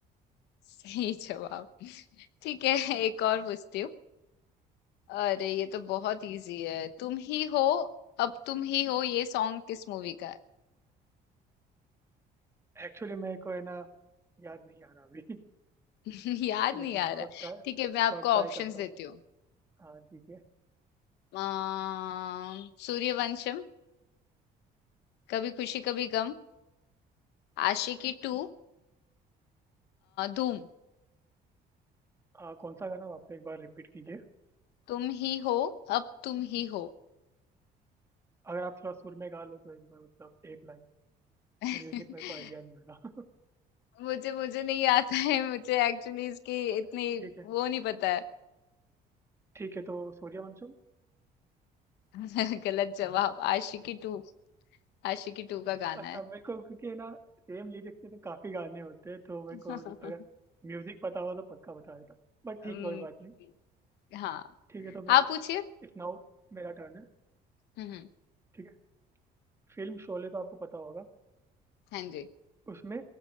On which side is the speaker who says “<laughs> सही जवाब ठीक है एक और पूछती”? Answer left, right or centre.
Left